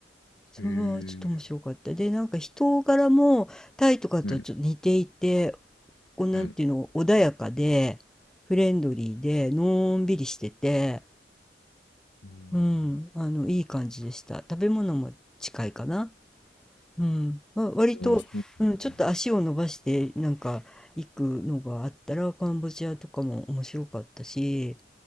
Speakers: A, in the centre; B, on the left.
A: それはちょっと面白かった。
B: えー、
A: で、なんか人柄もタイとかとちょっと似ていて、
B: はい、
A: こうなんていうの、
B: はい。
A: 穏やかで、フレンドリーで、のんびりしてて、
B: うん。
A: うん、あの、いい感じでした。食べ物も近いかな。うん、わ割と、
B: あ、そうなんだ。
A: うん、ちょっと足を伸ばしてなんか行くのがあったらカンボジアとかも面白かったし、